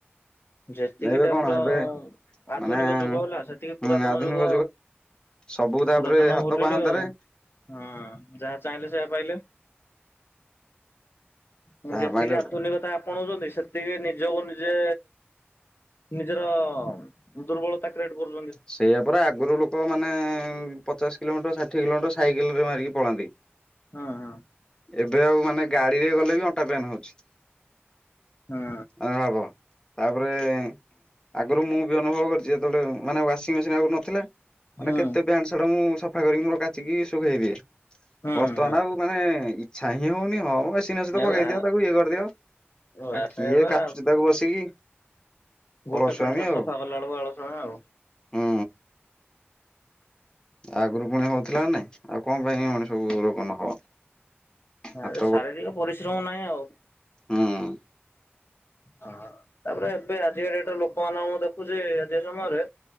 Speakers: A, on the left; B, on the left.
A: ଯେତିକି
B: ଏବେ
A: ଡେଭଲପ
B: କଣ ଏବେ
A: ଆଧୁନିକ
B: ମାନେ
A: ଯୁଗ ହେଲା ସେତିକି ପୁରାତନ
B: ହୁଁ ଆଧୁନିକ
A: ଯୁଗ
B: ସବୁ ତାପରେ
A: ପୁରାତନ
B: ହାତ
A: ଭୁଲିଲେ
B: ପାହାନ୍ତାରେ
A: ଆଉ, ହୁଁ ଯାହା ଚାହିଁଲେ ସେଇଆ ପାଇଲେ। ଉଁ
B: ଯାହା
A: ଯେତିକି
B: ପାଇଲେ
A: ଆଧୁନିକତା ଆପଣଉଛନ୍ତି ସେତିକି ନିଜକୁ ନିଜେ ନିଜ ତ-ଅ-ଅ ଦୁର୍ବଳତା କ୍ରିଏଟ କରୁଛନ୍ତି।
B: ସେଇଆା ପରା ଆଗରୁ ଲୋକ ମାନେ ପଚାଶ କିଲୋମିଟର ଷାଠିଏ କିଲୋମିଟର ସାଇକେଲରେ ମାରିକି ପଳାନ୍ତି।
A: ହଁ ହଁ।
B: ଏବେ ଆଉ ମାନେ ଗାଡିରେ ଗଲେ ବି ଅଣ୍ଟା ପେନ୍ ହଉଛି।
A: ହୁଁ।
B: ଆଉ <unintelligible> ତାପରେ ଆଗରୁ ମୁଁ ବି ଅନୁଭବ କରିଛି ଯେତେବେଳେ ମାନେ ୱାସିଂ ମେସିନ୍ ଆଗରୁ ନଥିଲା। ମାନେ
A: ହଁ
B: କେତେ ପ୍ୟାଣ୍ଟ ସାର୍ଟ ମୁଁ ସଫା କରିକି ମୋର କାଚିକି ଶୁଖେଇଦିଏ
A: ହଁ
B: ବର୍ତ୍ତମାନ
A: ହଁ।
B: ଆଉ ମାନେ ଇଛା ହିଁ ହଉନି ହଁ ମ ମେସ୍ ମେସିନ ଅଛି ତ
A: ଏରା
B: ପକେଇଦିଅ ତାକୁ ଇଏ କରିଦିଅ
A: ବାସ
B: ଆଉ କିଏ
A: ଏରା
B: କାଚୁଛି ତାକୁ ବସିକି।
A: ଗୋଟେ
B: ଅଳସୁଆମି
A: ପେଣ୍ଟ ଶାର୍ଟ
B: ଆଉ
A: ସଫା କଲା ବେଳକୁ ଅଳସୁଆ ଆଉ।
B: ହୁଁ। ଆଗରୁ ପୁଣି ହଉଥିଲା ନା ନାଇଁ ଆଉ କଣ ପାଇଁ ମଣିଷ କୁ ରୋଗ ନହବ।
A: ସାରି
B: ହାତ
A: ଶାରୀରିକ ପରିଶ୍ରମ ନାହିଁ ଆଉ।
B: ହଁ।
A: ହଁ ତାପରେ ଏବେ ଆଜି ଡେଟରେ ଲୋକମାନଙ୍କୁ ମୁଁ ଦେଖୁଛି ଆଜିକା ସମୟରେ